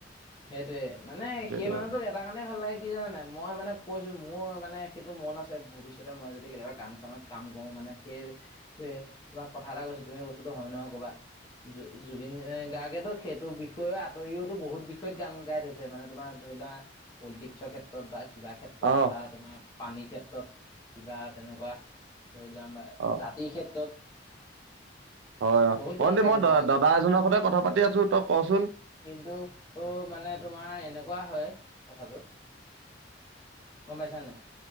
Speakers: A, on the left; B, on the right.
A: সেইটোৱে মানে
B: সেইটো
A: সেই মানুহটোক
B: কথা
A: এট কাৰণে ভাল লাগে কি জানা নাই। মই মানে কৈছো মোৰ মানে সেইটো মন আছে ভৱিষ্যতে মই যদি কেতিয়াবা কাম চানত কাম কৰো। মানে সেই তোমাক কথা এটা কৈছো তুমি বস্তুতটো হয় নহ ক'বা। জুবিন গাৰ্গেতো সেইটো বিষয়ে আঁতৰিওতো বহুত বিষয়ত গান গাই থৈছে, মানে তোমাৰ ধৰি লোৱা পলিটিক্সৰ ক্ষেত্ৰত ত'ত বা কিবা ক্ষেত্ৰত
B: অ
A: বা তোমাৰ পানীৰ ক্ষেত্ৰত কিবা তেনেকুৱা ধৰি লোৱা আমাৰ
B: অ
A: জাতিৰ ক্ষেত্ৰত।
B: হয় অহ,
A: বহুত গান
B: ভন্তি
A: গাই
B: মই
A: থৈছে কিন্তু
B: দাদা এজনৰ সৈতে কথা পাতি আছো তই কচোন।
A: কিন্তু মানে তোমাৰ এনেকুৱা হয় কথাটো। গম পাইছা নাই।